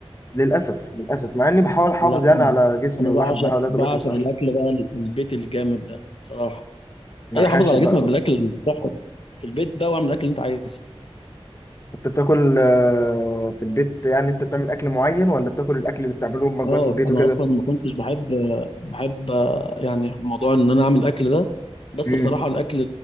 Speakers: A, on the left; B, on the left.
A: للاسف للاسف مع اني بحاول احافظ
B: لا
A: يعني
B: انا
A: على جسمي
B: أنا
A: والواحد
B: بعشق
A: بحاول اكل
B: بعشق
A: اكل صحي
B: الاكل بقى ال- البيت الجامد ده بصراحه
A: مع
B: ايوه
A: حاشي
B: حافظ على
A: بقى
B: جسمك بالاكل الصحي في البيت ده واعمل الاكل اللي انت عايزه
A: انت بتاكل آه، في البيت يعني انت بتعمل اكل معين ولا بتاكل الاكل اللي بتعمله امك
B: اه
A: بقى في البيت
B: انا
A: وكده
B: اصلا ما كنتش بحب بحب يعني موضوع ان انا اعمل اكل ده بس
A: امم
B: بصراحه الاكل